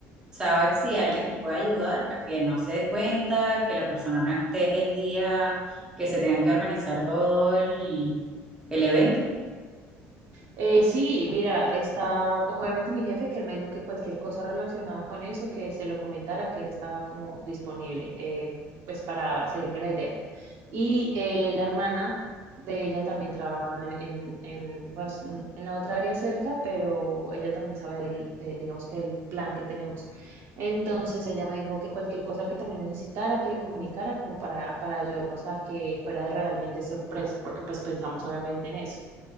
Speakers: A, on the right (about 15°); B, on the right (about 55°).
A: sabes si alguien te puede ayudar a que no se dé cuenta, que la persona no esté el día que se tenga que organizar todo el, el evento.
B: Eh, sí, mira, está pues, obviamente mi jefe que él me dijo que cualquier cosa relacionada con eso, que se lo comentara, que él estaba como disponible, eh, pues para seguirme la idea. Y eh, la hermana de ella también trabaja en, en, en, pues, en la otra área cerca, pero ella también sabe del, de, digamos que del plan que tenemos. Entonces ella me dijo que cualquier cosa que también necesitara, que le comunicara como para, para ayudarnos a que fuera realmente sorpresa, porque pues pensamos obviamente en eso.